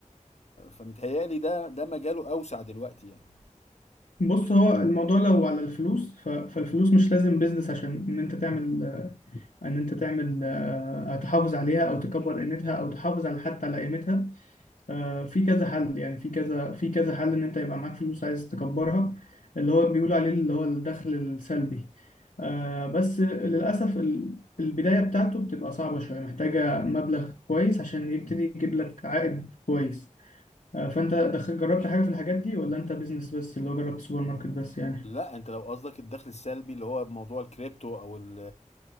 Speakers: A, on the left; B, on the left.
A: فمتهيألي ده ده مجاله اوسع دلوقتي يعني
B: بص هو الموضوع لو على الفلوس ف- فالفلوس مش لازم بيزنس عشان ان انت تعمل ان انت تعمل آه، تحافظ عليها او تكبر قيمتها او تحافظ على حتى على قيمتها آه، في كذا حل يعني في كذا في كذا حل ان انت يبقى معاك فلوس عايز تكبرها اللي هو بيقولوا عليه اللي هو الدخل السلبي آه، بس للاسف ال- البداية بتاعته بتبقى صعبة شوية محتاجة مبلغ كويس عشان يبتدي يجيب لك عائد كويس آه، فانت دخل جربت حاجة في الحاجات دي ولا انت بيزنس بس اللي هو جربت سوبر ماركت بس يعني
A: لا انت لو قصدك الدخل السلبي اللي هو موضوع الكريبتو او ال